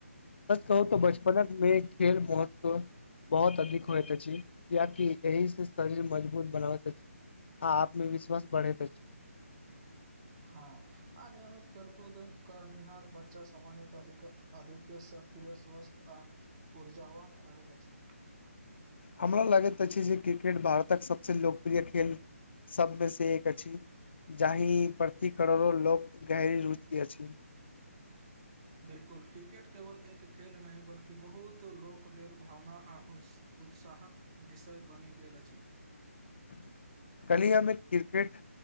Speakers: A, on the left (about 45°); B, on the right (about 20°).
A: सच कहू त बचपनमे खेल महत्व बहुत अधिक होइत अछि कियाकि एहि से शरीर मजबूत बनाबैत आ आत्मविश्वास बढ़ैत अछि
B: हाँ अनियमित खेलकूद करनिहार बच्चा समाजमे अधिक अधिके सक्रि स्वस्थ आ ऊर्जावान रहैत अछि
A: हमरा लगैत अछि जे क्रिकेट भारतक सबसे लोकप्रिय खेल सबमे से एक अछि जाहि प्रति करोड़ो लोक गहरी रुचि अछि
B: बिल्कुल क्रिकेट केवल एक खेल नहि बल्कि बहुत लोक लेल भावना आ उत उत्साहक विषय बनि गेल अछि
A: <unintelligible> कल्हि हम एक क्रिकेट